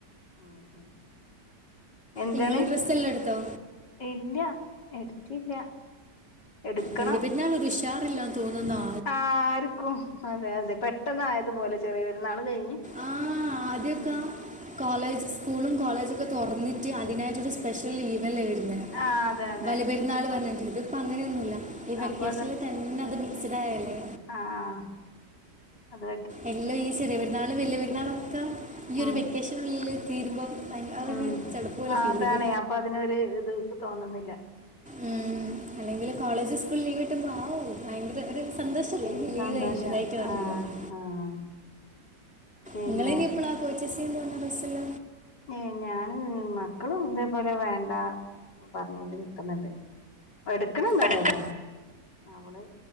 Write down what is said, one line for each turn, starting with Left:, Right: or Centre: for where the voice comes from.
Left: ഉം ഉം എന്തുട്ടാണ്
Centre: നിങ്ങൾ ഡ്രസ്സെല്ലാം എടുത്തോ
Left: ഇല്ല എടുത്തില്ല എടുക്കണം
Centre: വല്യ പെർന്നാൽണൊരു ഷാറില്ലാന്ന് തോന്നുന്നാ
Left: ആ ആർക്കും അതെ അതെ പെട്ടെന്ന് ആയതുപോലെ ചെറിയ വരുന്നാൾ കഴിഞ്ഞ്
Centre: ആഹ അദ്യോക്കാ
Left: ഉം
Centre: കോളേജ് സ്കൂളും കോളേജൊക്കെ തുറന്നിട്ട് അതിനായിട്ടൊരു സ്പെഷ്യൽ ലീവല്ലേ വര്ന്നെ
Left: ആഹ് അതെ അതെ
Centre: ബല പെരുന്നാള്
Left: ഇതിപ്പോ
Centre: പറഞ്ഞിട്ടത് അപ്പോം അങ്ങനെയൊന്നുമില്ല ഈ വെക്കേഷനിൽ
Left: അപ്പൊ
Centre: തന്നെ അത് മിക്സ്ഡ് ആയാലേ
Left: ആഹ അതെ
Centre: എല്ലോ ഈ ചെറിയ പെരുന്നാളും വല്യ പെരുന്നാളൊക്കെ ഈയൊരു
Left: ഉം
Centre: വെക്കേഷനുള്ളില് തീരുമ്പോം അന്നെ
Left: ഉം
Centre: ചടുപ്പ് പോലെ
Left: അതാണ്
Centre: ഫീൽ ചെയ്തു.
Left: അപ്പൊ അതിനൊരു ഇത് ഇത് തോന്നുന്നില്ല.
Centre: ഉം അല്ലെങ്കില് കോളേജ് സ്കൂള ലീവ് കിട്ടുമ്പോ ആവു ഭയങ്കര ഒരു സന്തോഷല്ലെ
Left: നീ
Centre: ലീവ്
Left: സന്തോഷം
Centre: <unintelligible>
Left: ആഹ്
Centre: <unintelligible>
Left: ആഹ് പിന്നെ
Centre: നിങ്ങള ഇനി എപ്പോളാ പർച്ചേസ് പോവന്ന ബസല്ല.
Left: ഏ ഞാന് മക്കളും ഇതേപോലെ വേണ്ട പറഞ്ഞൊണ്ട് നി ണ്ട് എടുക്കണണ്ടായാലോ
Centre: എടുക്ക
Left: അവള്